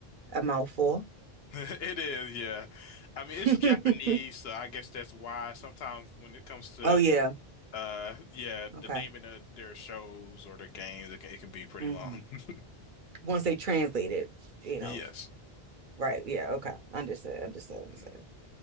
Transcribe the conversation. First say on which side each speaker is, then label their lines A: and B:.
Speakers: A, on the right (about 55°); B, on the left (about 75°).
A: a mouthful.
B: <laughs> It is, yeah. I
A: <laughs>
B: mean, it's Japanese, so I guess that's why sometimes when it comes to
A: Oh yeah.
B: uh yeah,
A: Okay.
B: the naming of their shows or their games, it can, it can be pretty
A: hmm
B: long. <laughs>
A: Once they translate it, you know.
B: Yes.
A: Right. Yeah. Okay. Understood. Understood. Understood.
B: Mm.